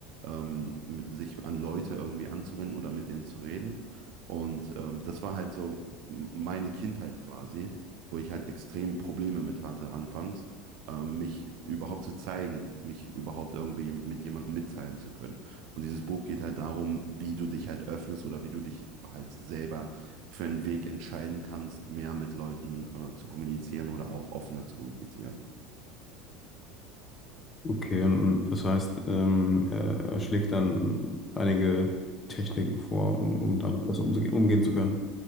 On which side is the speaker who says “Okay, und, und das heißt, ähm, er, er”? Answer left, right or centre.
Left